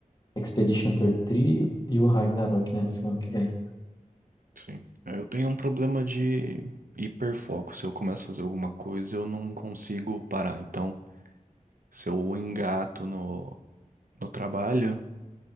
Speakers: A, on the left (about 30°); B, on the right (about 75°).
A: Expedition 33 e três e o Ragnarok, né? Na semana que vem.
B: sim. É, Eu tenho um problema de hiperfoco. Se eu começo a fazer alguma coisa, eu não consigo parar. Então, se eu engato no, no trabalho,